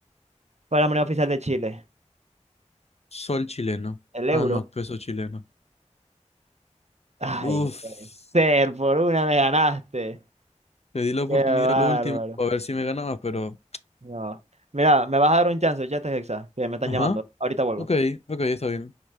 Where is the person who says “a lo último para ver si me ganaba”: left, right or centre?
Left